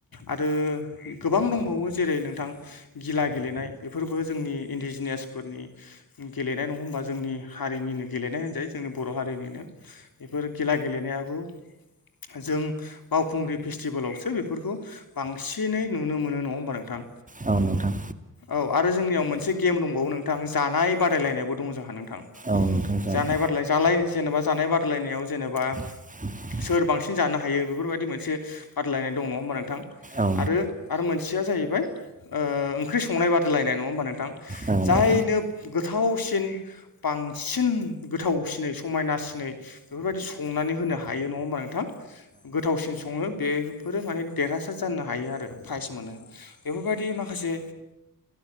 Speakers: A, on the left; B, on the right.
A: आरो गोबां दंबावो जेरै नोंथां गिला गेलेनाय बेफोरबो जोंनि इन्डिजिनियास फोरनि गेलेनाय नङा होनोमबा जोंनि हारिनिनो गेलेनाय होनजायो जोंनि बर' हारिनिनो बेफोर गिला गेलेनायाबो जों बावखुंग्रि फेस्टिभेलावसो बेफोरखौ बांसिनै नुनो मोनो नङा होमबा नोंथां
B: औ नोंथां औ नोंथां जागोन औ नोंथां
A: औ आरो जोंनियाव मोनसे गेम दंबावो नोंथां जानाय बादायलायनायबो दं जोंहा नोंथां
B: औ नोंथां
A: जानाय बाद जाल जेनेबा जानाय बादायलायनायाव जेनेबा
B: <inaudible>
A: सोर बांसिन जानो हायो बेफोरबायदि मोनसे बादलायनाय दं नङा होमबा नोंथां
B: औ नोंथां औ
A: आरो आरो मोनसेया जाहैबाय ओंख्रि संनाय बादायलायनाय नङा होमबा नोंथां
B: औ नोंथां औ नोंथां औ नोंथां औ
A: जायनो
B: नोंथां
A: गोथावसिन बां बांसिन गोथावसिनै समायनासिनै बेफोरबायदि संनानै होनो हायो नङा होमबा नोंथां गोथावसिन सङो बेफोरो माने देरहासार जानो हायो आरो प्राइज मोनो बेफोरबायदि माखासे